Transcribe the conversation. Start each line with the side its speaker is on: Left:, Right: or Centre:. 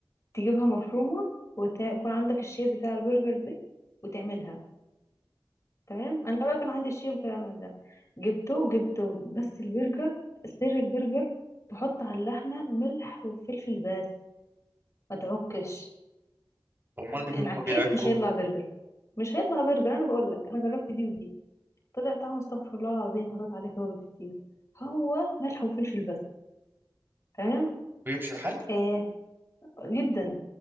Left: تجيبها مفرومه ويكون عندك الشيب بتاع البرجر دي وتعملها تمام انا بقى كان عندي الشيب وكلام من ده جبته جبته بس البرجر سر البرجر تحط على اللحمه ملح وفلفل بس ما تعكش
Right: امال
Left: ان
Right: اللي بي- هم
Left: عكيت
Right: بيعكوا
Left: مش هيطلع برجر مش هيطلع برجر انا بقول لك انا جربت دي ودي طلع طعمه استغفر الله العظيم حطيت عليه توابل كتير هو ملح وفلفل بس تمام
Right: بيمشي الحال
Left: آه جدا